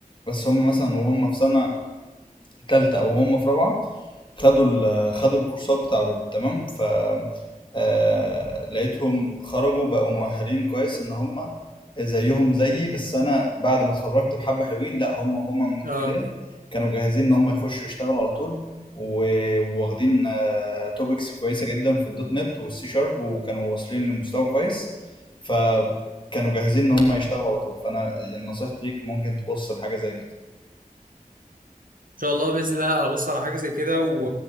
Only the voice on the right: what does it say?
اه
ان شاء الله باذن الله هبص على حاجه زي كده و...